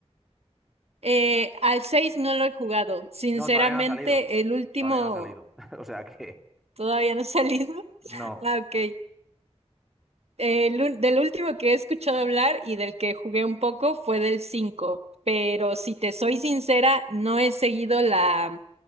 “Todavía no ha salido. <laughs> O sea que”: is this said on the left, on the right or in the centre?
Centre